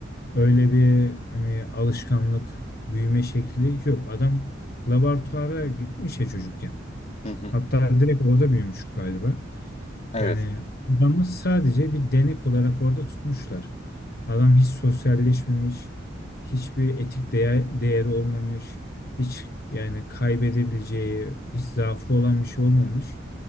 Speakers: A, on the left; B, on the left.
A: öyle bir hani alışkanlık, büyüme şekli yok. Adam laboratuvara gitmiş ya çocukken.
B: Hı hı.
A: Hatta direkt orada büyümüş galiba.
B: Evet.
A: Yani adamı sadece bir denek olarak orada tutmuşlar. Adam hiç sosyalleşmemiş, hiçbir etik değer, değeri olmamış, hiç yani kaybedebileceği, hiç zaafı olan bir şey olmamış.